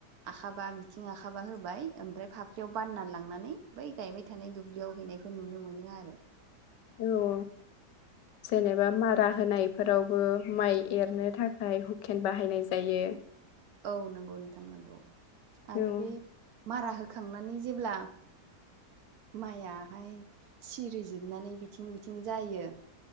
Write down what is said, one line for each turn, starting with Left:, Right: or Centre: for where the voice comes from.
Right: आखाबा बिथिं आखाबा होबाय ओमफ्राय फाफ्लियाव बानना लांनानै बै गायबाय थानायो थानाय दुब्लियाव हैनायखौ नुनो मोनो आरो।
Left: औ जेनेबा मारा होनायफोरावबो माइ एरनो थाखाय हुखेन बाहायनाय जायो।
Right: औ नंगौ नोंथां नंगौ
Left: औ
Right: आरो बे मारा होखांनानै जेब्ला माइआहाय सिरिजोबनानै बिथिं बिथिं जायो